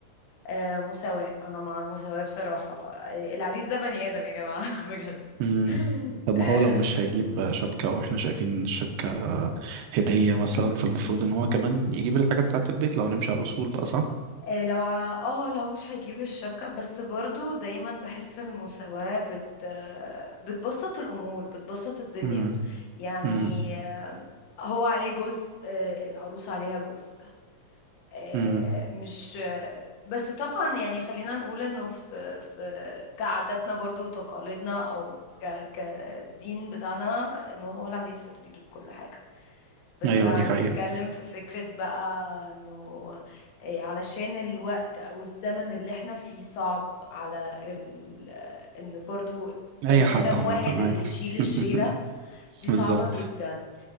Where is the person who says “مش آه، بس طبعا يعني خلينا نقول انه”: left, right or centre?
Left